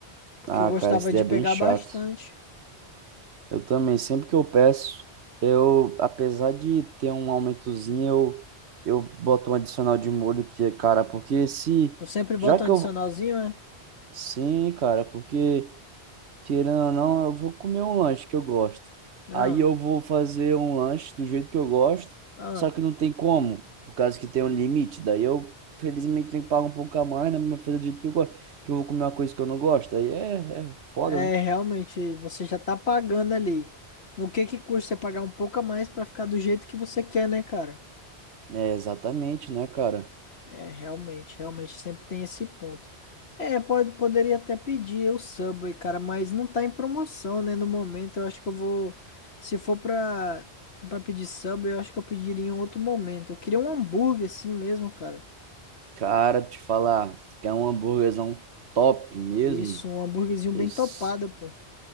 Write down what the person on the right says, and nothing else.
Ah,
cara, esse daí
é
bem chato.
Eu também, sempre que eu peço, eu, apesar de ter um aumentozinho, eu, eu boto um adicional de molho que é, cara, porque se,
já que
eu,
sim, cara, porque... Querendo ou não, eu vou comer um lanche que eu gosto.
Aí eu vou fazer um lanche do jeito que eu gosto,
só que não tem como, por causa que tem um limite. Daí eu, felizmente, tenho que pagar um pouco a mais, né? Mas fazer do jeito que eu gosto, que eu vou comer uma coisa que eu não gosto. Aí é, é foda,
né? É, exatamente, né, cara?
Cara, te falar, se quer um hambúrguerzão top mesmo?
Esse,